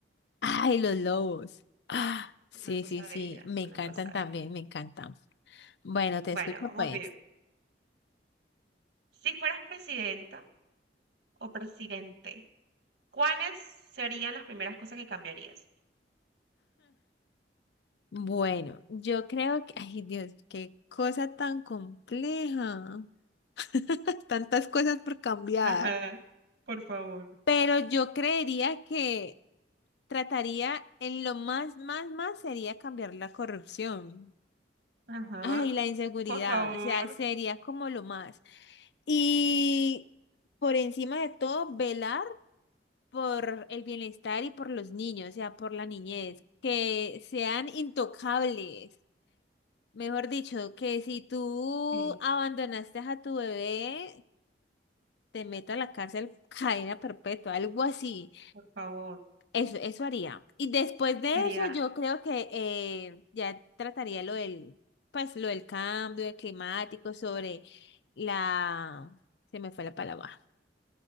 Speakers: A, on the left; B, on the right.
A: Ay, los lobos. Ah, sí,
B: Una cosa
A: sí, sí,
B: bella,
A: me
B: una
A: encantan
B: cosa
A: también,
B: bella.
A: me encantan. Bueno, te
B: Bueno,
A: escucho
B: vamos
A: pues.
B: bien. Si fueras presidenta o presidente, ¿cuáles serían las primeras cosas que cambiarías?
A: Bueno, yo creo que, ay Dios, qué cosa tan compleja. <laughs> Tantas cosas por cambiar.
B: Ajá, por favor.
A: Pero yo creería que trataría en lo más, más, más sería cambiar la corrupción.
B: Ajá,
A: Ay, la inseguridad,
B: por favor.
A: o sea, sería como lo más. Y por encima de todo, velar por el bienestar y por los niños, o sea, por la niñez, que sean intocables. Mejor dicho, que si tú
B: Sí,
A: abandonaste a tu bebé, te meto a la cárcel, <laughs> cadena perpetua, algo así.
B: por favor.
A: Eso, eso haría. Y después de
B: Sería,
A: eso, yo creo que eh, ya trataría lo del, pues, lo del cambio de climático sobre la... Se me fue la palabra.